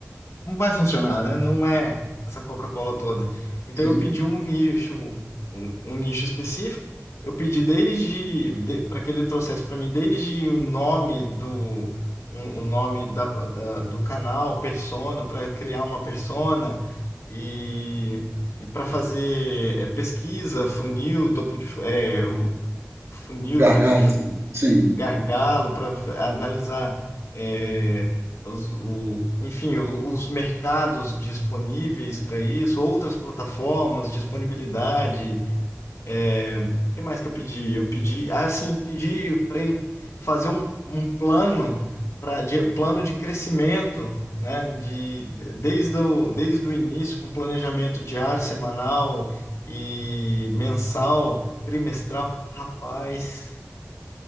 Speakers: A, on the left (about 60°); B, on the right (about 65°).
A: não vai funcionar, né? Não é essa Coca-Cola toda. Então
B: sim.
A: eu pedi um nicho, um, um nicho específico. Eu pedi desde para que ele trouxesse para mim desde o nome do um- o nome da, da- do canal, persona, para criar uma persona e, e para fazer é, pesquisa, funil, topo de fu- é, o funil,
B: Gargalo,
A: topo de
B: sim. sim.
A: gargalo para analisar, é, os, o, enfim, o- os mercados disponíveis para isso, outras plataformas, disponibilidade. É, o que mais que eu pedi? Eu pedi, ah, sim, pedi para ele fazer um, um plano. para de, plano de crescimento, né? De, de- desde o, desde o início, com planejamento diário, semanal e mensal, trimestral. Rapaz,